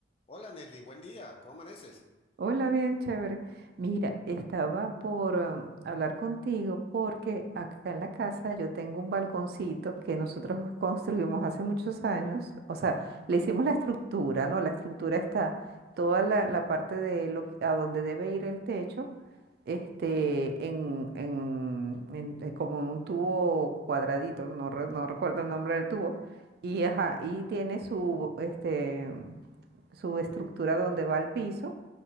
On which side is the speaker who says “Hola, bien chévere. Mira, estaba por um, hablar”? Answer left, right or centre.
Right